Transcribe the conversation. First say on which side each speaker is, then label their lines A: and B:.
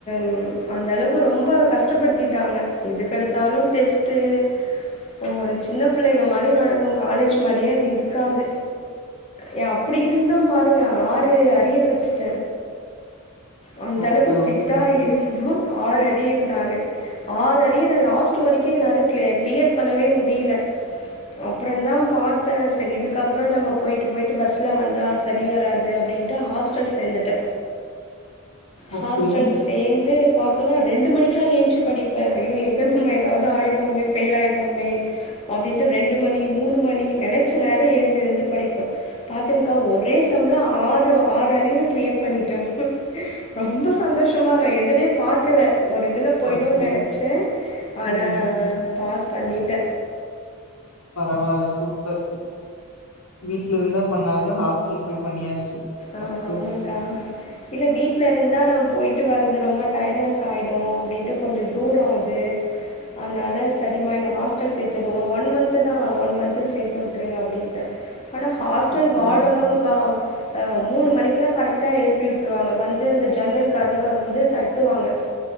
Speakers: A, on the left; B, on the left.
A: ம் அந்தளவுக்கு ரொம்ப கஷ்டப்படுத்திட்டாங்க எதுக்கெடுத்தாலு டெஸ்ட்டு இப்ப ஒரு சின்ன புள்ளைங்க மாரி நடக்கு காலேஜ் மாரியே அது இருக்காது ய அப்டி இருந்து பாருங்க ஆறு அரியர் வெச்ட அந்தளவுக்கு
B: ஓகே
A: ஸ்ட்ரிக்ட்டா
B: ஓகே
A: இருந்து ஆறு அரியர் நானு ஆறு அரியர லாஸ்ட் வரைக்கு என்னால க்ளி க்ளியர் பண்ணவே முடில அப்பறொந்தா பாத்த செரி இதுக்கப்புறொ நம்ம போய்ட்டு போய்ட்டு பஸ்ல வந்தா சரி வராது அப்படின் ட்டு ஹாஸ்டல் சேந்துட்ட ஹாஸ்டல்ஸ்
B: ஓகே
A: சேந்து பாத்தோன ரெண்டு மணிக்குலா ஏஞ்ச்சு படிப்பே ஐயோ எங்க நம்ம எதாவது ஆயிடுவோமே ஃபெயில் ஆயிடுவோமே அப்டின்ட்டு ரெண்டு மணி மூணு மணி நெனைச்ச நேரொ எழுந்து எழுந்து படிப்பே பாத்துங்கக்கா ஒரே செம்ல ஆறு ஆறு அரியரும் க்ளியர் பண்ணிட்ட ரொம்ப சந்தோஷமா நா எதிரே பாக்கல ஒரு இதுல போய்டூன்
B: ஓகே
A: நெனச்ச ஆனா
B: ம்
A: பாஸ் பண்ணிட்ட
B: பரவால்ல சூப்பர் வீட்ல இருந்தா பண்ணாதத ஹாஸ்டல் போய் பண்ணியாச்சு
A: ஆ
B: சக்சஸ்
A: ஆமாங்க்கா இல்ல வீட்ல இருந்தா நா போய்ட்டு வர்றது ரொம்ப டயர்னஸ் ஆயிடு அப்டின்ட்டு கொஞ்ச தூரொ அது அதனால சரிமா என்ன ஹாஸ்டல் சேத்துடு ஒரு ஒன் மந்த் தா ஒன் மந்த்துக்கு சேத்து விட்டுருங்க அப்டின்ட்டே ஆனா ஹாஸ்டல்
B: ஓகே
A: வார்டனுங்கா ஆ மூணு மணிக்குலா கரெக்ட்டா எழுப்பி விட்ருவாங்க வந்து அந்த ஜன்னல் கதவ வந்து தட்டுவாங்க